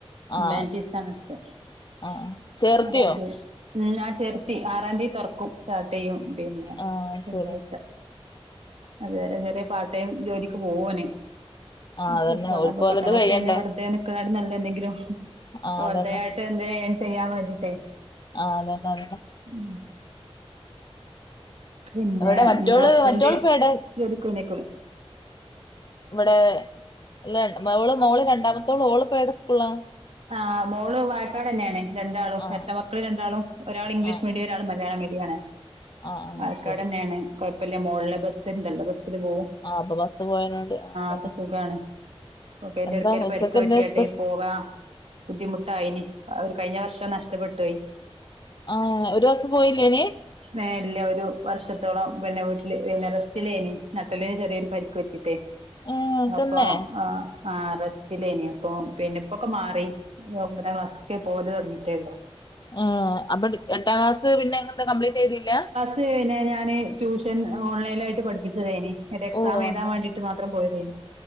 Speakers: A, on the right; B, on the left.
A: ഹ്യുമാനിറ്റിസാണ്
B: ആഹ് അതെ
A: എടുത്തെ
B: ആഹ് ആഹ് ചേർത്തിയോ
A: ആറാൻ തിയെ ഉ ഞാൻ ചേർത്തി ആറാം തിയെ തുറക്കും സ്റ്റാർട്ട് ചെയ്യും പിന്നെ
B: ആഹ്
A: തിങ്കളാഴ്ച
B: ശരി
A: അത് വേറെ ചെറിയ പാർട്ട് ടൈം ജോലിക്ക് പോവും ഓന്
B: ആഹ്
A: അപ്പൊ
B: അതന്നെ
A: പ്ലസ് വൺ
B: ഓൽക്ക്
A: ഒക്കെ
B: ഓലത്
A: പത്താം ക്ലാസ്സ്‌
B: കഴിയണ്ടേ
A: കഴിഞ്ഞാ വെറുതെ മക്കളട് നല്ല എന്തെങ്കിലും
B: ആഹ്
A: ഒരദ്
B: അതന്നെ
A: ആയിട്ട് എന്തേലും ഏൺ ചെയ്യാൻ വേണ്ടിട്ടേ
B: ആ അതെയതെ അതെതെ
A: ഉ പിന്നെ
B: ഇവിടെ മറ്റോള്
A: എന്താ ഹസ്ബൻഡ്
B: മറ്റോള് ഇപ്പ എടെ
A: ജോലിക്ക് പോയിനെക്കിലെ
B: ഇവിടെല്ല മോള് മോള് രണ്ടാമത്തോള് ഓള്പം ഏത് സ്കൂളിലാ
A: ആ മോള് വായക്കാട് തന്നെയാണ് രണ്ടാളും
B: ആഹ്
A: എരട്ട മക്കള് രണ്ടാളും ഒരാൾ ഇംഗ്ലീഷ്
B: ആഹ്
A: മീഡിയം
B: ആഹ്
A: ഒരാൾ മലയാളം മീഡിയം ആണ്
B: ആഹ്
A: വായക്കാട്
B: ആഹ് ശരി
A: തന്നെയാണ് കൊഴപ്പല്ല മോളിലെ ബസ്സുണ്ടല്ലോ ബസ്സില് പോവും
B: ആ അപ്പൊ ബസ് പോയനേണ്ട് ആ അതന്നെ
A: അപ്പൊ സുഖാണ് ഓക്കെ അതിന്റെ
B: എന്താ
A: ഇടയ്ക്ക് ഒരു
B: ഉച്ചക്കന്നെ
A: പരിക്ക് പറ്റിയാട്ട്
B: സ്പെ
A: പോവാ ബുദ്ധിമുട്ടായിന് ഒരു കഴിഞ്ഞ വർഷം നഷ്ടപ്പെട്ടുപോയി
B: ആ ഒരു വർഷം പോയില്ലേനി
A: ഏ ഇല്ല ഒരു വർഷത്തോളം പിന്നെ വീട്ടില് പിന്നെ റസ്റ്റിലേനി നട്ടല്ലിന് ചെറിയൊരു പരിക്ക് പറ്റിട്ടേ
B: ഏഹ്
A: അപ്പൊ
B: തന്നെ
A: അ ആ റസ്റ്റിലേനി അപ്പൊ പിന്നെ ഇപ്പൊക്കെ മാറി. ഈ ഒമ്പതാം ക്ലാസ്ക്ക് പോൽ തൊടങ്ങീട്ടേള്ളു.
B: ഹേ അപ്പൊ എട്ടാം ക്ലാസ് പിന്നെ ഇങ്ങ എന്താ കംപ്ലീറ്റ് ചെയ്തില്ല.
A: <unintelligible> പിന്നെ ഞാൻ ട്യൂഷൻ ഓൺലൈലായിട്ട് പഠപ്പിച്ചതലെനി എക്സാം
B: ഓ
A: എഴുതാൻ
B: അങ്ങനെ
A: വാണ്ടീ മാത്രം പോയതേനി